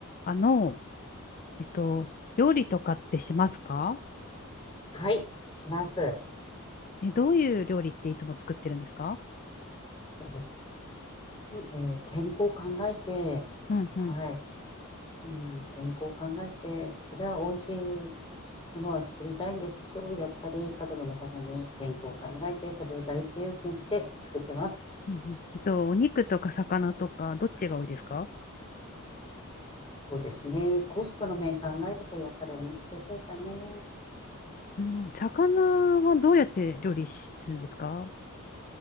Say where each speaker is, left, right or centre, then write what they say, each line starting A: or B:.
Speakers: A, on the left; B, on the left.
A: あの、えっと、料理とかってしますか
B: はい、します。え
A: え、どういう料理っていつも作ってるんですか
B: ーえー健康を考えて、
A: うんうん。
B: はい、うん、健康を考えて、それは美味しいものは作りたいんですけど、やっぱり家族のために健康を考えて、それを第一優先して作ってます。
A: うんうん。えっと、お肉とか魚とか、どっちが多いですか
B: そうですね。コストの面考えると、やっぱりお肉でしょうかね。
A: うん、魚はどうやって料理するんですか